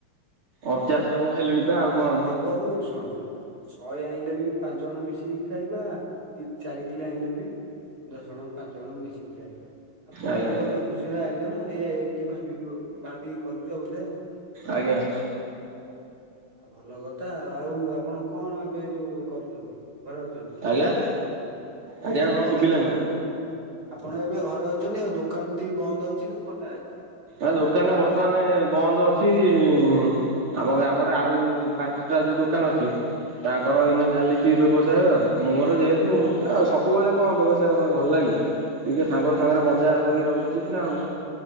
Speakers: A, on the right (about 80°); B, on the right (about 45°).
A: ଅଣଚାଅଶୀ ଜଣ ହେଲେଣି ପା ଆଉ କଣ
B: ବହୁ ଶୁଣ ଶୁଣ ଶହେ ଆଣିଲେ ବି ପାଞ୍ଚ ଜଣ ମିଶିକି ଖାଇବା, କି ଚାରି କିଲେ ଆଣିଲ ବି ଦଶ ଜଣ ପାଞ୍ଚ ଜଣ ମିଶିକି ଖାଇବା ଆଉ ଭୋଜିର
A: ଆଜ୍ଞା
B: ଗୋଟେ ଖୁସିର ଆୟୋଜନ, ଏଇ ଏଇଠି ଭାବ ଭାବିକି କରୁଛୁ ବୋଧେ ଆଉ।
A: ଆଜ୍ଞା।
B: ହ ଆ ଭଲ କଥା ଆଉ ଆପଣ କଣ ଏବେ ଯୋଉ କରୁଛନ୍ତି, ଘରେ ଅଛନ୍ତି?
A: ଆଜ୍ଞା।
B: ଏବେ
A: ଆଜ୍ଞା
B: ଏବେ କଣ
A: ଶୁଭିଲାନି।
B: କରଛି ଘରେ ଅଛନ୍ତି? ଆପଣ ଏବେ ଘରେ ଅଛନ୍ତି, ଆଉ ଦୋକାନଟି ବନ୍ଦ ଅଛି ନା ଖୋଲା ଅଛି?
A: ଏ
B: ଘର
A: ଦୋକାନ
B: ଲୋକ କିଏ
A: ବର୍ତ୍ତମାନ
B: ବସୁଛନ୍ତି
A: ବନ୍ଦ ଅଛି ଅଛି ଗାଁ ଆମର ଆଉ ପାଞ୍ଚଟା ଯୋଉ ଦୋକାନ ଅଛି ତାଙ୍କର
B: ହଁ
A: ଏଇନା ଚାଲିଛି ବ୍ୟବସାୟ ଆଉ, ମୋର ଯେହେତୁ ଆଉ ସବୁବେଳେ କଣ ବ୍ୟବସାୟ ଭଲ ଲାଗିବ? ଟିକେ ସାଙ୍ଗ ସାଙ୍ଗରେ ମଜା କରିବା ଉଚିତ୍ ନା ଆଉ।